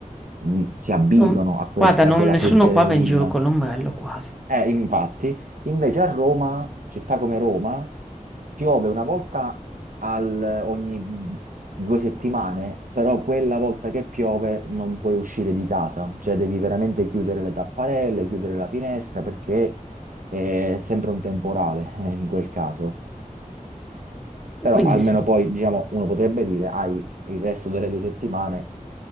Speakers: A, on the right (about 70°); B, in the centre.
A: mh, si abituano
B: Non
A: a quel-
B: guarda,
A: a
B: non
A: quella
B: nessuno
A: pioggerellina.
B: qua va in giro con l'ombrello quasi,
A: Eh, infatti, invece a Roma, città come Roma, piove una volta al- ogni due settimane, però quella volta che piove non puoi uscire di casa, cioè devi veramente chiudere le tapparelle, chiudere la finestra perché è sempre un temporale eh, in quel caso. Però
B: quindi
A: almeno
B: sì.
A: poi, diciamo, uno potrebbe dire, hai il resto delle due settimane